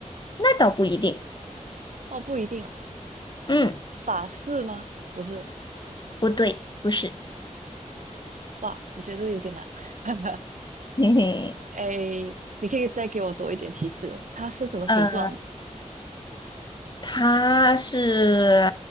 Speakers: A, on the left; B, on the right.
A: 那倒不一定，
B: 哦，不一定哦，是发饰吗？
A: 嗯，
B: 不是，
A: 不对，不是，
B: 哇，我觉得有点难。<laughs>
A: <laughs> 嘿嘿，
B: 哎，你可以再给我多一点提示哦。它是什么形状？
A: 嗯。它是